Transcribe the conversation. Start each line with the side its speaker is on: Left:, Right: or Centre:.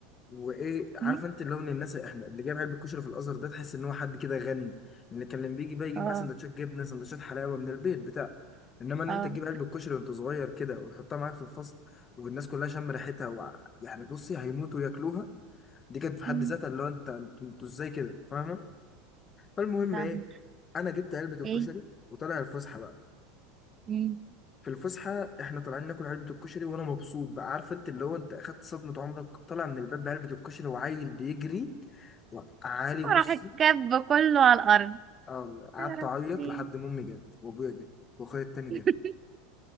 Left: وايه عارف
Right: مم.
Left: انت اللي هو من الناس احنا اللي جايب علبه كشري في الازهر ده تحس ان هو حد كده غني اللي كان لما بيجي بقى يجيب
Right: اه
Left: معاه سندوتشات جبنه سندوتشات حلاوه من البيت بتاع انما ان
Right: اه
Left: انت تجيب علبه كشري وانت صغير كده وتحطها معاك في الفصل والناس كلها شم ريحتها و... يعني بصي هيموتوا ياكلوها دي كانت في حد
Right: مم.
Left: ذاتها اللي هو انت انتوا انتوا ازاي كده فاهمه فالمهم
Right: فاهم
Left: ايه انا جبت علبه الكشري
Right: ايه
Left: وطلع الفسحه بقى
Right: مم.
Left: في الفسحة احنا طالعين ناكل علبة الكشري وانا مبسوط بقى عارف انت اللي هو انت اخدت صدمة عمرك طالع من الباب بعلبة الكشري وعيل بيجري وعالي بص
Right: وراح الكب كله على الارض
Left: آه، قعدت
Right: يا ربي
Left: اعيط لحد ما امي جت وابويا جه واخويا التاني جه
Right: <laughs>